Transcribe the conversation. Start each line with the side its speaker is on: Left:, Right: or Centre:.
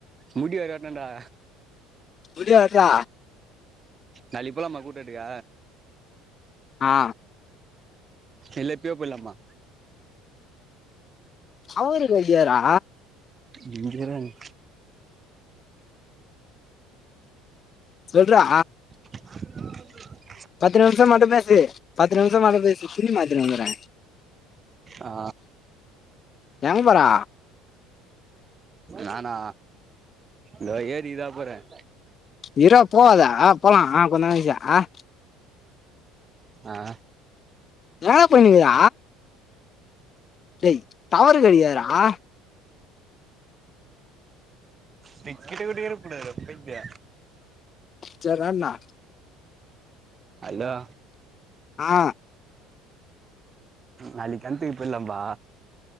Right: முடி வேற வெட்டணும் டா
Left: விட்றா இருடா
Right: நாளைக்கு போலாமா கூட்ரோடுக்கு
Left: ஆ
Right: இல்ல இப்பயே போயிடலாமா
Left: அவற கதையாடா
Right: இங்கேயிருறா நீ
Left: சொல்றா
Right: அஹ <inaudible>
Left: பத்து நிமிஷம் மட்டும் பேசு பத்து நிமிஷம் மட்டும் பேசு துணி மாத்தின்னு வந்துறேன்
Right: ஆ
Left: எங்க போறா
Right: நானா தோ ஏரிக்கு தா போறேன்.
Left: இர்ரா போவாதா போலாம் ஆ கொஞ்ச நேரம் கலுச்சி
Right: ஆ
Left: எங்கடா போயினு இருக்குற டேய் டவரு கிடைக்காதுரா
Right: டிஜிகிட்ட இருக்கக் கூடாதுரா பைக்கு
Left: சேர் ராண்ணா
Right: ஹலோ
Left: ஆ
Right: நாளைக்கு கிணத்துக்கு போயரலாம்பா